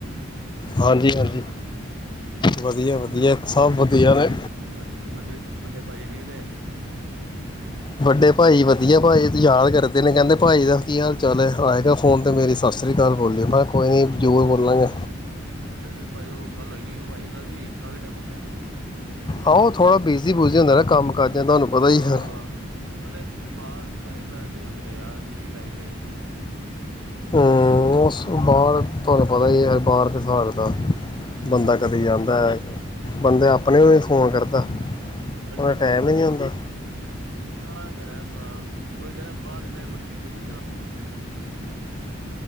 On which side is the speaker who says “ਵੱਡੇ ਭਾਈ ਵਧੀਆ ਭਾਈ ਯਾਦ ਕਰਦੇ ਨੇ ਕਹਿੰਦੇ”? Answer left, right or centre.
Left